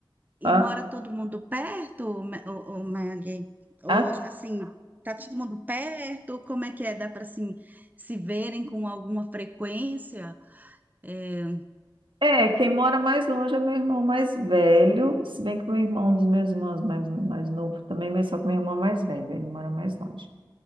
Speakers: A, on the right; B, on the right.
A: E
B: Ah,
A: mora todo mundo perto, ou, Maggie? Ou,
B: ah,
A: assim, tá todo mundo perto? Como é que é? Dá para, assim, se verem com alguma frequência? É,
B: é, quem mora mais longe é meu irmão mais velho, se bem que meu irmão, um dos meus irmãos mais, mais novo também, mas só que meu irmão é mais velho, ele mora mais longe.